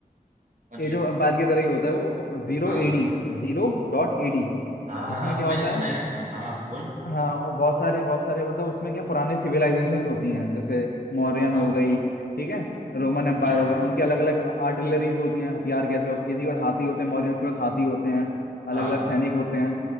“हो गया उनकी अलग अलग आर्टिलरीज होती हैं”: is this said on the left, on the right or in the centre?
Left